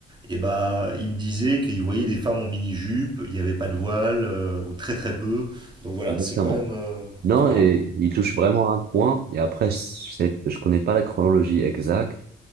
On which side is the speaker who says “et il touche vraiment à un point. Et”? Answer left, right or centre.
Right